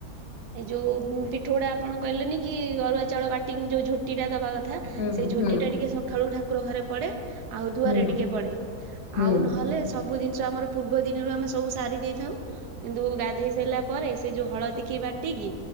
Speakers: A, on the right; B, on the left.
A: ଏଇ ଯୋଉ ପିଠୋଉ ଗୁଡା ଆପଣ କହିଲେନି କି ଅରୁଆ ଚାଉଳ ବାଟିକି ଯୋଉ ଝୋଟି ଦବା କଥା
B: ହୁଁ
A: ସେଇ
B: ହୁଁ
A: ଝୋଟିଟା
B: ହୁଁ
A: ଟିକେ ସଖାଳୁ ଠାକୁର ଘରେ ପଡେ। ଆଉ ଦୁଆରେ
B: ହୁଁ
A: ଟିକେ ପଡେ।
B: ହୁଁ
A: ଆଉ
B: ହୁଁ
A: ନହେଲେ ସବୁ ଜିନ ଷ ଆମର ପୂର୍ବ ଦିନରୁ ଆମେ ସବୁ ସାରି ଦେଇଥାଉ କିନ୍ତୁ ଗାଧେଇ ସାଇଲା ପରେ ସେ ଯୋଉ ହଳଦୀକି ବାଟିକି